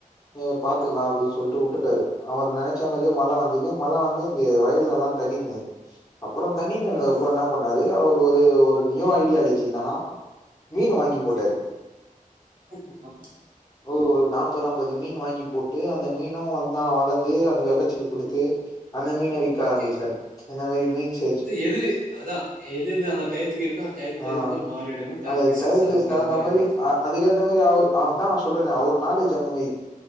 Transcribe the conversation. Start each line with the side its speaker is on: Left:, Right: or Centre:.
Left: எ பாத்துக்கலா அப்படின் சொல்ட்டு உட்டுட்டாரு அவர் நெனச்ச மாரியே மழ வந்தது மழ வந்து இந்த வயல்ல எல்லா தண்ணினுது அப்புறம் தண்ணி நின்ன அப்புற என்ன பண்ணாரு அவரு ஒரு ஒரு நியூ ஐடியாலஜி என்னன்னா மீனு வாங்கி போட்டாரு
Right: சரி ஆம்
Left: ஓ ஒரு நாப்பதம்பது மீன் வாங்கி போட்டு அந்த மீனு அதா வளந்து அது வெளச்சலு குடுத்து அந்த மீன விக்க
Right: ஓகே.
Left: ஆரம்பிச்சாரு அந்த மாரி மீன்ச்
Right: எது அதா எது எது அந்த டய்த்துக்கு இருக்கோ டய்த் தகுந்த
Left: ஆ
Right: மாரி மாறிடணு
Left: அது
Right: பிஸ்னஸ்
Left: டயத்துக்கு
Right: அதுக் தகுந்த மாரி நடத்தனு
Left: அ அதுக்கேத்த மாரி அவுரு அவ் தா சொல்றேனே அவரருக் நாலேஜ் அந்த மாரி